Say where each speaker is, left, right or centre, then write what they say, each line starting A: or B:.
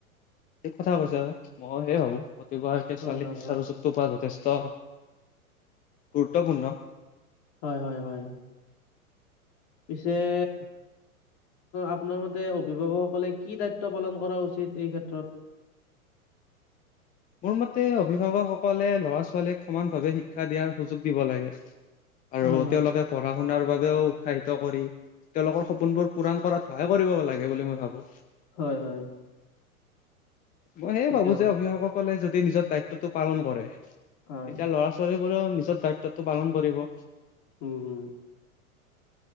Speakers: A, on the left; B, on the left.
A: ঠিক কথা কৈছা, মই সে ভাবো, প্ৰতিগৰাকী
B: হয়,
A: ছোৱালী
B: হয়,
A: শিক্ষাৰুচী
B: হয়,
A: তো পৱা যথেষ্ট, গুৰুত্বপূৰ্ণ।
B: হয় হয় হয়। পিছে- আপোনাৰ মতে অভিভাৱকসকলে কি দায়িত্ব পালন কৰা উচিত এই ক্ষেত্ৰত?
A: মোৰ মতে অভিভাৱকসকলে ল'ৰা-ছোৱালীক সমান ভাৱে শিক্ষা দিয়াৰ সুযোগ দিব লাগে। আৰু
B: হয়, হয়,
A: তেওঁলোকে পঢ়া-শুনাৰ বাবেও উৎসাহিত কৰি তেওঁলোকৰ সপোনবোৰ পূৰাণ কৰাত সহায় কৰিব লাগে বুলি মই ভাবো।
B: হয় হয়।
A: মই সেয়ে
B: ঠিকে
A: ভাবো
B: কৈছে।
A: যে অভিভাৱকসকলে যদি নিজৰ দায়িত্বতটো পালন কৰে, তেতিয়া
B: হয়,
A: ল'ৰা-ছ ছোৱালীবোৰে নিজৰ দায়িত্বটো পালন কৰিব।
B: উম হুম।